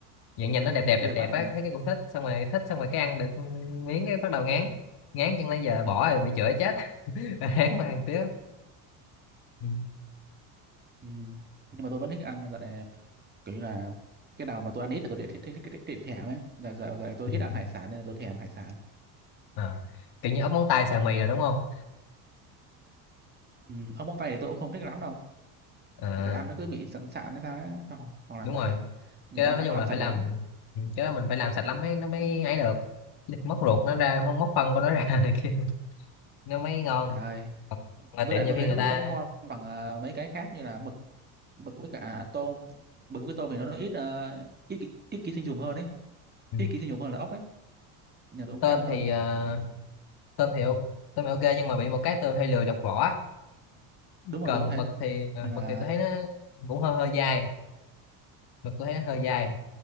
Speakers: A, on the left; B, on the right.
A: vậy nhìn nó đẹp đẹp
B: đẹp
A: đẹp đẹp
B: mắt
A: á
B: hả
A: thấy cái cũng thích xong rồi thích xong rồi cái ăn được miếng cái bắt đầu ngán ngán chẳng lẽ giờ bỏ rồi bị chửi chết <laughs> ngán mà ăn tiếp ừ.
B: ừ. nhưng mà tôi vẫn thích ăn gọi là kiểu như là cái nào mà tôi ăn ít thì tôi để thích thích, thích, thích, thích thèm ấy là giờ, giờ tôi ít
A: Ừ.
B: ăn hải sản nên là tôi thèm hải sản
A: À. kiểu như ốc móng tay xào mì rồi đúng không
B: ừ. ở móng tay thì tôi cũng không thích lắm đâu
A: à,
B: để ăn nó cứ bị sẵn sạn hay sao ấy. hoặc hoặc là
A: đúng
B: lại
A: rồi
B: người
A: cái
B: ta
A: đó
B: không
A: nói chung
B: có làm
A: là
B: sạch
A: phải làm
B: lắm
A: ừ, cái đó mình phải làm sạch lắm mới nó mới ấy được móc ruột nó ra móc, móc phân của nó <laughs> ra này kia nó mới ngon
B: Trời ơi
A: còn ngoài
B: với
A: tiệm
B: lại
A: nhiều
B: tôi
A: khi
B: thấy
A: người
B: nó cũng
A: ta
B: không có ngon bằng ờ, mấy cái khác như là mực mực với cả tôm mực với tôm thì nó, nó ít ờ, ít ký- ít ký sinh trùng hơn ấy
A: ừ,
B: ít ký sinh trùng hơn là ốc ấy nhà tôi cũng
A: tôm
B: thích ăn hơn
A: thì ờ, tôm thì ok- tôm thì ok nhưng mà bị một cái tôi hay lười lọc vỏ
B: đúng rồi
A: còn
B: tôi cũng thế
A: mực thì ờ,
B: nên là
A: mực thì tôi thấy nó cũng hơi hơi dai mực tôi thấy nó hơi dai